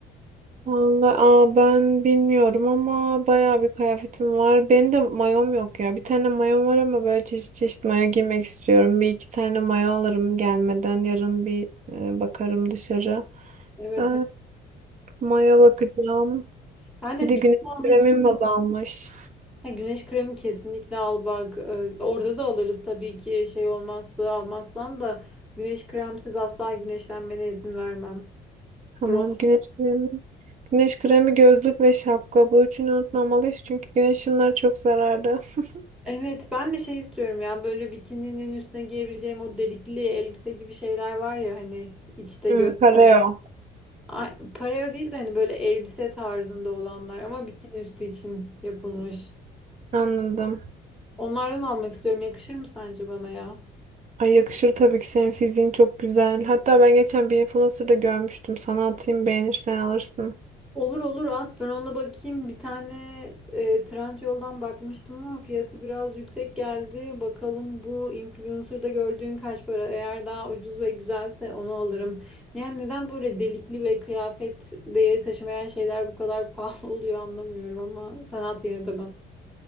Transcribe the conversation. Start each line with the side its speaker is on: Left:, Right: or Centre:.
Right: Vallahi, aa, ben bilmiyorum ama bayağı bir kıyafetim var. Benim de mayom yok ya. Bir tane mayom var ama böyle çeşit çeşit mayo giymek istiyorum. Bir iki tane mayo alırım gelmeden. Yarın bir e, bakarım dışarı.
Centre: Evet.
Right: Ee,
Centre: evet.
Right: mayo bakacağım.
Centre: Ben de
Right: Bir de
Centre: bikini
Right: güneş
Centre: alacağım.
Right: kremim azalmış.
Centre: Ya güneş kremi kesinlikle al bak. Ee, orada da alırız tabii ki şey olmazsa almazsan da güneş kremsiz asla güneşlenmene izin vermem.
Right: Tamam
Centre: Bronz.
Right: güneş kremi. Güneş kremi, gözlük ve şapka. Bu üçünü unutmamalıyız çünkü güneş ışınları çok zararlı. <laughs>
Centre: Evet ben de şey istiyorum ya böyle bikininin üstüne giyebileceğim o delikli elbise gibi şeyler var ya hani içte
Right: Hmm,
Centre: gö
Right: pareo.
Centre: Ay, pareo değil de hani böyle elbise tarzında olanlar ama bikini üstü için yapılmış.
Right: Anladım.
Centre: Onlardan almak istiyorum. Yakışır mı sence bana ya?
Right: Ay yakışır tabii ki senin fiziğin çok güzel. Hatta ben geçen bir influencer'da görmüştüm. Sana atayım beğenirsen alırsın.
Centre: Olur olur at ben ona bakayım. Bir tane e, Trendyol'dan bakmıştım ama fiyatı biraz yüksek geldi. Bakalım bu influencer'da gördüğün kaç para? Eğer daha ucuz ve güzelse onu alırım. Yani neden böyle delikli ve kıyafet değeri taşımayan şeyler bu kadar <laughs> pahalı oluyor anlamıyorum ama sen at yine de bana.